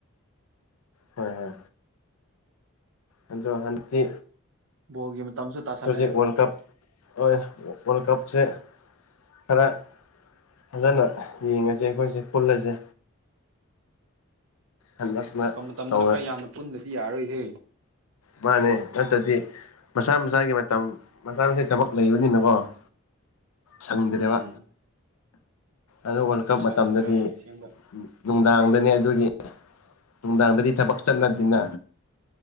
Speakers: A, on the left; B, on the right.
A: ꯍꯣꯏ ꯍꯣꯏ <unintelligible> ꯍꯥꯟꯇꯤ
B: ꯕꯣꯜꯒꯤ ꯃꯇꯝꯁꯨ ꯇꯥꯁꯜꯂꯛꯑꯦ
A: ꯍꯧꯖꯤꯛ ꯋꯥꯔꯜ ꯀꯞ ꯍꯣꯏ ꯋꯥꯔꯜ ꯀꯞꯁꯦ ꯈꯔ ꯐꯖꯅ ꯌꯦꯡꯉꯁꯦ ꯑꯩꯈꯣꯏꯁꯦ ꯄꯨꯜꯂꯁꯦ ꯍꯟꯗꯛꯅ
B: ꯃꯇꯝ ꯃꯇꯝꯗꯅ
A: ꯇꯧꯔ
B: ꯈꯔ ꯌꯥꯝꯅ ꯄꯨꯟꯗꯗꯤ ꯌꯥꯔꯣꯏꯍꯦ
A: ꯃꯥꯅꯦ ꯅꯠꯇꯗꯤ ꯃꯁꯥ ꯃꯁꯥꯒꯤ ꯃꯇꯝ ꯃꯆꯥꯥ ꯃꯁꯥ ꯊꯕꯛ ꯂꯩꯕꯅꯤꯅꯀꯣ ꯁꯪꯗ꯭ꯔꯦꯕ
B: ꯎꯝ
A: ꯑꯗꯨ ꯋꯥꯜ ꯀꯞ
B: ꯁꯪꯗ꯭ꯔꯦ
A: ꯃꯇꯝꯗꯗꯤ
B: ꯑꯁꯦꯡꯕ
A: ꯅꯨꯡꯗꯥꯡꯗꯅꯦ ꯑꯗꯨꯒꯤ ꯅꯨꯡꯗꯥꯡꯗꯗꯤ ꯊꯕꯛ ꯆꯠꯅꯗꯦꯅ